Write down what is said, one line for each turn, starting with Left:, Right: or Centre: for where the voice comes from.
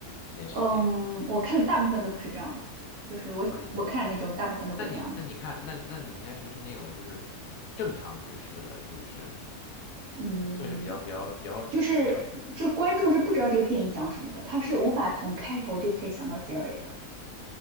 Left: 这件事情。
Right: 嗯，我看的大部分都不是这样的，就是我喜我看的那种大部分都不是这样的，
Left: 哦哦，你那你那你看，那那你应该是是那种就是正常叙事的，属于是
Right: 嗯。
Left: 算是比较比较比
Right: 就是这观众是不知道这个电影讲什么的，
Left: 较。
Right: 他是无法从开头就可以想到结尾的。